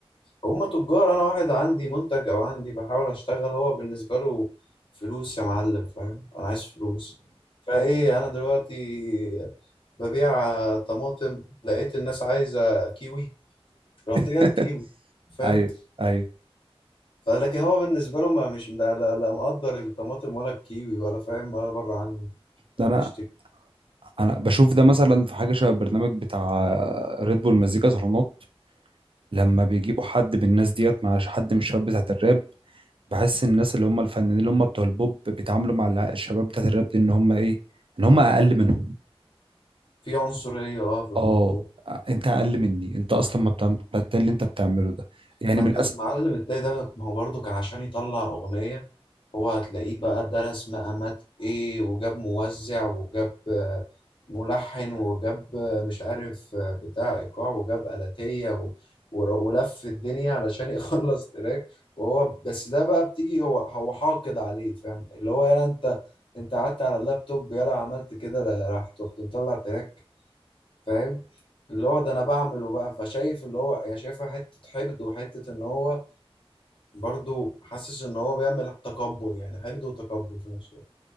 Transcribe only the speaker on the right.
<laughs>
ايوه ايوه
ده
انا انا بشوف ده مثلا في حاجه شبه البرنامج بتاع ريد بول مزيكا صالونات لما بيجيبوا حد من الناس ديت مع حد من الشباب بتاعت الراب بحس الناس اللي هم الفنانين اللي هم بتوع البوب بيتعاملوا مع الع- الشباب بتاعت الراب دي ان هم ايه ان هم اقل منهم
اه انت اقل مني انت اصلا ما بتعمل بتاع اللي انت بتعمله ده يعني
من
الاسف